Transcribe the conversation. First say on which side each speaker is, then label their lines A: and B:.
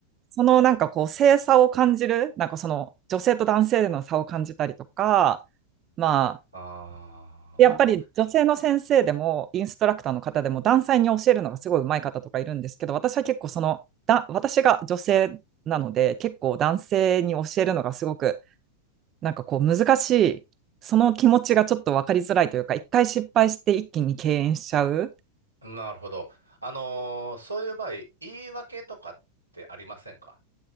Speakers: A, on the right; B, on the right.
A: そのなんかこう、性差を感じる、なんかその女性と男性での差を感じたりとか、まあ、
B: あ
A: やっぱり女性の先生でも、インストラクターの方でも、男性に教えるのがすごい上手い方とかいるんですけど、私は結構その、だ、私が女性なので、結構男性に教えるのがすごく、なんかこう難しい、その気持ちがちょっと分かりづらいというか、一回失敗して一気に敬遠しちゃう。
B: あ、なるほど。あのーそういう場合、言い訳とかってありませんか